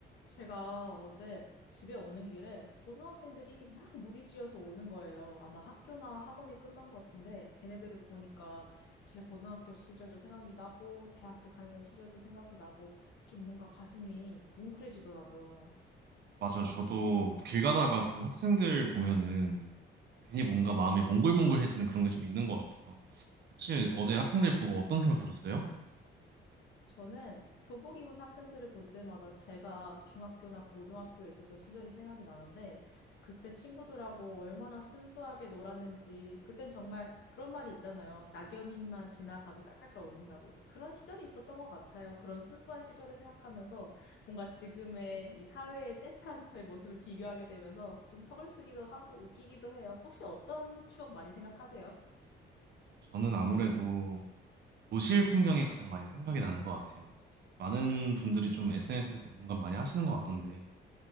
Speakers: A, on the left; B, on the right.
A: 제가 어제 집에 오는 길에 고등학생들이 막 무리지어서 오는 거예요. 아마 학교나 학원이 끝난 것 같은데 걔네들을 보니까 제 고등학교 시절도 생각이 나고 대학교 다니던 시절도 생각이 나고 좀 뭔가 가슴이 뭉클해지더라고요.
B: 맞아요. 저도 길 가다가 좀 학생들 보면은 괜히 뭔가 마음이 몽글몽글해지는 그런 게 좀 있는 것 같아요. 혹시 어제 학생들 보고 어떤 생각 들었어요?
A: 저는 교복 입은 학생들을 볼 때마다 제가 중학교나 고등학교에 있었던 시절이 생각이 나는데 그때 친구들하고 얼마나 순수하게 놀았는지 그땐 정말 그런 말이 있잖아요. 낙엽잎만 지나가도 깔깔깔 웃는다고. 그런 시절이 있었던 것 같아요. 그런 순수한 시절을 생각하면서 뭔가 지금의 이 사회의 떼탄 저의 모습을 비교하게 되면서 좀 서글프기도 하고 웃기기도 해요. 혹시 어떤 추억 많이 생각하세요?
B: 저는 아무래도 도시 풍경이 가장 많이 생각이 나는 것 같아요. 많은 분들이 좀 SNS에서 공감 많이 하시는 것 같던데